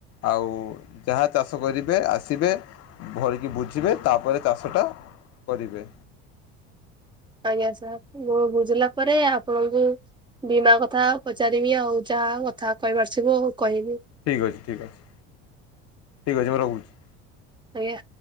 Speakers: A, on the left; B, on the right.
A: ଆଉ ଯାହା ଚାଷ କରିବେ ଆସିବେ ଭରିକି ବୁଝିବେ ତାପରେ ଚାଷଟା କରିବେ।
B: ଆଜ୍ଞା ସାର୍ ମୁଁ ବୁଝିଲା ପରେ ଆପଣଙ୍କୁ ବୀମା କଥା ପଚାରିବି ଆଉ ଯାହା କଥା କହିବାରଥିବ କହିବି।
A: ଠିକ୍ ଅଛି ଠିକ୍ ଅଛି ଠିକ୍ ଅଛି ମୁଁ ରହୁଛି।
B: ଆଜ୍ଞା।